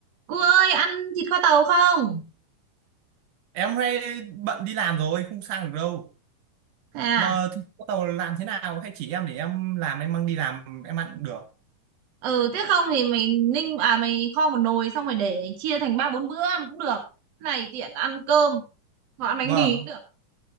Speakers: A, on the right; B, on the right.
A: Cô ơi ăn thịt kho tàu không?
B: em hôm nay bận đi làm rồi không sang được đâu
A: Thế À,
B: mà thì bắt đầu làm thế nào hay chỉ em để em làm em mang đi làm em ăn cũng được
A: ừ thế không thì mày ninh à mày kho một nồi xong rồi để chia thành ba bốn bữa ăn cũng được. Này tiện ăn cơm hoặc ăn bánh
B: vâng
A: mì cũng được.